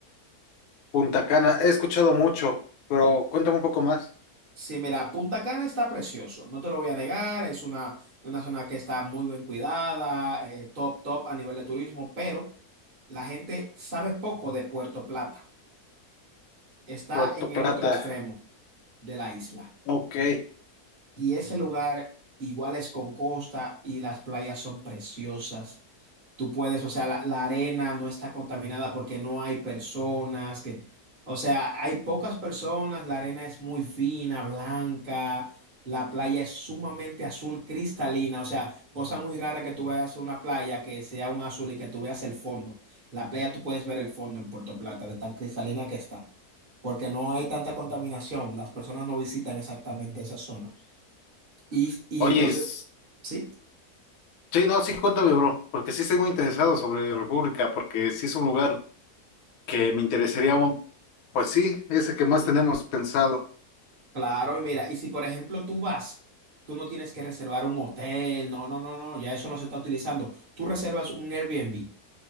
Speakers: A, on the left; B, on the right.
A: Punta Cana, he escuchado mucho, pero cuéntame un poco más.
B: Sí, mira, Punta Cana está precioso, no te lo voy a negar, es una, una zona que está muy bien cuidada, eh, top, top a nivel de turismo, pero la gente sabe poco de Puerto Plata. Está
A: Puerto
B: en
A: Plata,
B: el otro extremo de la isla.
A: ok.
B: Y ese lugar igual es con costa y las playas son preciosas. Tú puedes, o sea, la, la arena no está contaminada porque no hay personas que, o sea, hay pocas personas, la arena es muy fina, blanca, la playa es sumamente azul cristalina, o sea, cosa muy rara que tú veas una playa que sea un azul y que tú veas el fondo. La playa tú puedes ver el fondo en Puerto Plata, de tan cristalina que está, porque no hay tanta contaminación, las personas no visitan exactamente esa zona. Y, y
A: Oye,
B: entonces,
A: es-
B: sí,
A: sí, no, sí, cuéntame, bro, porque sí estoy muy interesado sobre República, porque sí es un lugar. que me interesaría, un- pues sí, ese que más tenemos pensado.
B: claro, y mira, y si por ejemplo tú vas, tú no tienes que reservar un hotel, no, no, no, no, ya eso no se está utilizando. Tú reservas un Airbnb.